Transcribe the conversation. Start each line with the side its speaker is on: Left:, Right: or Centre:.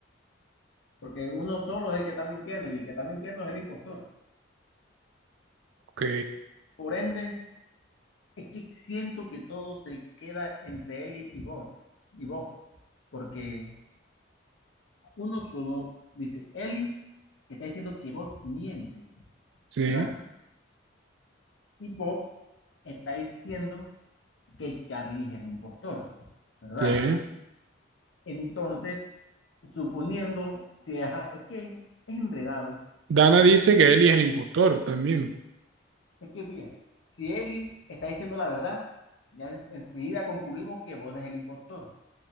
Left: porque uno solo es el que está mintiendo y el que está mintiendo es el impostor.
Right: Ok,
Left: Por ende, es que siento que todo se queda entre Ellie y Bob, y Bob, porque 1-1 dice, Eli está diciendo que Bob miente,
Right: sí,
Left: ¿verdad? Y Bob está diciendo que Charlie es el impostor, ¿verdad?
Right: sí.
Left: Entonces, suponiendo, si es, es que es enredado,
Right: Dana
Left: porque
Right: dice
Left: es,
Right: que Eli es el impostor también.
Left: es que, mira, si Eli está diciendo la verdad, ya enseguida concluimos que Bob es el impostor,